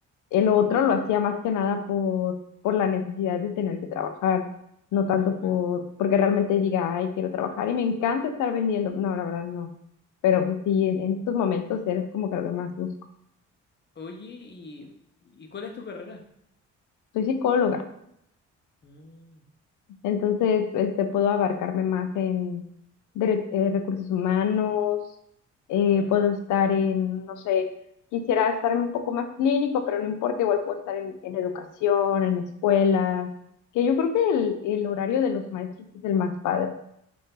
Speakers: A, on the left; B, on the left.
A: el otro lo hacía más que nada por, por la necesidad de tener que trabajar, no tanto
B: Ah,
A: por,
B: claro.
A: porque realmente diga, ay, quiero trabajar y me encanta estar vendiendo. No, la verdad no. Pero pues sí, en, en estos momentos eres como que lo que más busco.
B: Oye, y, ¿y cuál es tu carrera?
A: Soy psicóloga.
B: Mm,
A: Entonces, este, puedo abarcarme más en dere- eh, recursos humanos, eh,
B: claro.
A: puedo estar en, no sé, quisiera estar un poco más clínico, pero no importa, igual puedo estar en, en educación, en escuelas, que yo creo que el, el horario de los maestros es el más padre.